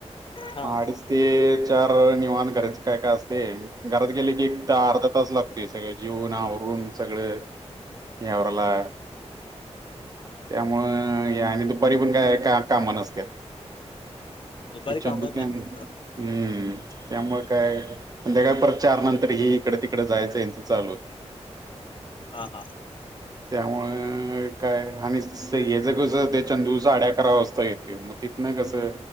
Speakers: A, on the left; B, on the right.
A: हा
B: मग आडिच ते.. तर निवान घरच काय काय असते घरात गेले की एक त अर्धा तास लागते सगळे जेवून आवरुन... पण सगळे..
A: <inaudible>
B: यावरला.. त्यामुळं हे आणि दुपारी पण काय का कामा नसत्या त.
A: दुपारी
B: हे चंदुकन,
A: कामच नसतात सोडा.
B: हम्म. त्यामुळे काय संध्याकाळ परत चार नंतर हे इकड तिकड जायचं याचं चालू होते.
A: हा हा.
B: त्यामुळं अं.. काय आणि स्यच कस ते चंदू साडे करावास्था येते मग तिथन कसं